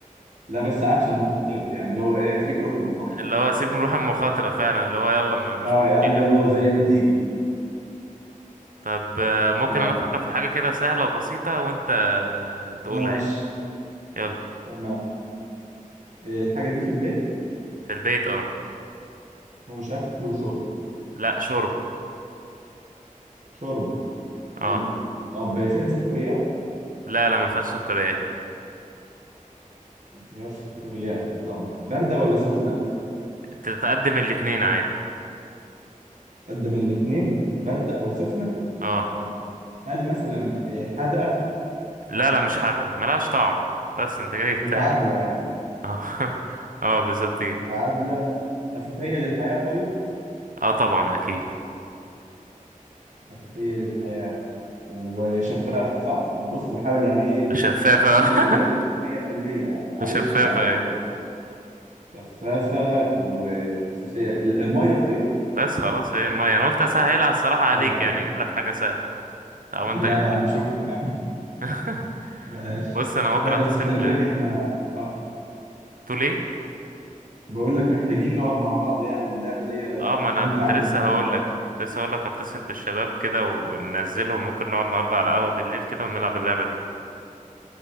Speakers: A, on the right (about 60°); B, on the right (about 75°).
A: لا بس عاش إنك خاطرت يعني اللي هو ايه فيك روح المخاطرة
B: اللي هو سيب نروح المخاطرة فعلا اللي هو يلا ما- مش
A: اه
B: مشكلة
A: يا عم يلا
B: بقى
A: وزي ما تيجي
B: طب آه، ممكن
A: اه
B: انا افكر في حاجة كده سهلة وبسيطة وانت آه، تقولها
A: ماشي
B: يعني. يلا
A: تمام إيه الحاجة دي في البيت
B: في البيت اه
A: هو مش أكل وشرب
B: لا شرب
A: شرب
B: اه
A: حلو طب فيها سكريات
B: لا لا ما فيهاش سكريات
A: ما فيهاش سكريات طب باردة ولا سخنة
B: بتتقدم الاتنين عادي
A: قدم الاتنين باردة أو سخنة
B: اه
A: طب هل مثلا آه، حدقة
B: لا لا مش حادقة ملهاش طعم بس انت كده جبتها
A: متعادلة يعني
B: اه <laughs> اه بالظبط كده
A: متعادلة أساسية للحياة طيب
B: اه طبعا اكيد
A: أساسية للحياة وشفافة صح أنا بص بحاول يعني إيه
B: شفافة
A: عشان أضمن
B: <laughs>
A: الإجابة تكون 100% يعني معلش
B: شفافة
A: يعني برضه
B: ايوه
A: شفافة وأساسية ال- المية طيب
B: بس خلاص هي المية انا قلت اسهلها الصراحة
A: مش
B: عليك
A: عيب عليك
B: يعني اجيب لك حاجة سهلة طب
A: لا
B: انت جبت
A: يا عم شكرا يعني
B: لي <laughs>
A: <laughs> ماشي
B: بص انا ممكن
A: لا
B: اتصل
A: بس خلي
B: ب
A: بالك احنا اه
B: تقول ايه
A: بقول لك محتاجين نقعد مع بعض يعني اللعبة دي
B: اه ما انا
A: ممتعة
B: كنت
A: موت
B: لسه
A: يعني
B: هقول
A: ف
B: لك كنت لسه هقول لك اتصل بالشباب كده وننزلهم ممكن نقعد النهارده على قهوة بالليل كده ونلعب اللعبة دي